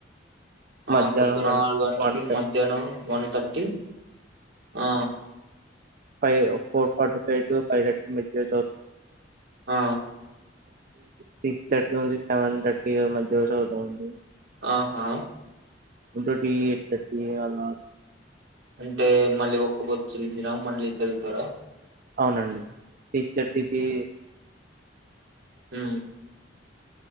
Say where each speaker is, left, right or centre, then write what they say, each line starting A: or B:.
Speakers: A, on the right; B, on the right.
A: మధ్యాహ్నం
B: ఆ పొద్దున
A: వన్
B: ఆరుగు గంటకి
A: వన్
B: మధ్యాహ్నం వన్ థర్టీ ఆ
A: ఫైవ్ ఫో ఫ ఫైవ్ ఫైవ్
B: ఆ
A: సిస్ థర్టీ నుంది సెవెన్ థర్టీ మధ్య రజ అవుతాంది
B: ఆహా
A: ఫటోటి ఎ టీ అళ
B: అంటే మళ్ళీ ఒక్కక్కొచ్చందిిన మళ్ళీ తదువుతారా
A: అవునండి టీచర్ట్ ఇది
B: హ